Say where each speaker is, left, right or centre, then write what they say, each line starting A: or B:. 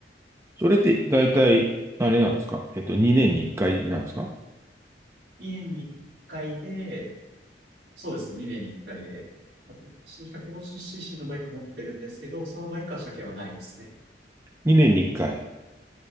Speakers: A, on the right; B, on the right.
A: それって、大体、あれなんですかえっと、2年に1回なんですか
B: 2年に1回で、そうですね、2年に1回で、私 150cc のバイク持ってるんですけど、そのバイクは車検はないですね。
A: ?2 年に1回。